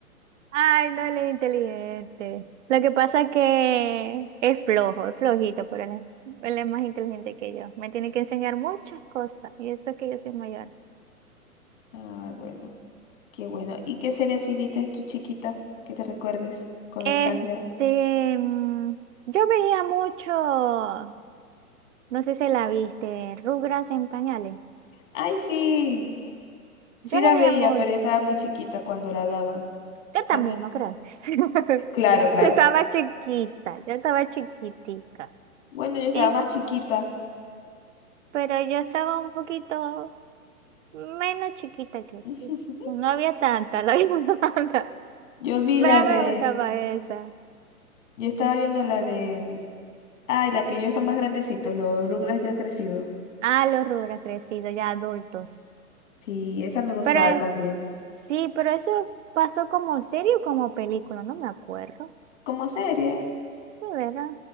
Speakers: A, on the right (about 50°); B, on the left (about 55°).
A: Ay, no, él es inteligente. Lo que pasa es que es flojo, es flojito, pero él es, él es más inteligente que yo. Me tiene que enseñar muchas cosas. Y eso es que yo soy mayor.
B: Ay, bueno, qué bueno. ¿Y qué serie así viste tu chiquita que te recuerdes con
A: Este,
B: nostalgia?
A: mm, yo veía mucho, no sé si la viste, Rugras en pañales.
B: Ay, sí, sí
A: Yo
B: la
A: la veía
B: veía,
A: mucho.
B: pero yo estaba muy chiquita cuando la daban.
A: Yo también,
B: También,
A: no crean. <laughs>
B: claro, claro.
A: Yo estaba chiquita, yo estaba chiquitica.
B: Bueno, yo estaba
A: Y, s-
B: más chiquita.
A: pero yo estaba un poquito menos chiquita que
B: <laughs>
A: tú. No había tanta, la había <laughs> tanta.
B: Yo vi
A: Pero
B: la
A: a mí
B: de,
A: me gustaba esa.
B: yo estaba viendo la de, ay, la que yo estaba más grandecito, los Rugrats ya crecidos.
A: Ah, los rubros crecidos, ya adultos.
B: Sí, esa me gustaba
A: Pero eh,
B: también.
A: sí, pero eso pasó como serie o como película, no me acuerdo.
B: Como serie.
A: De verdad,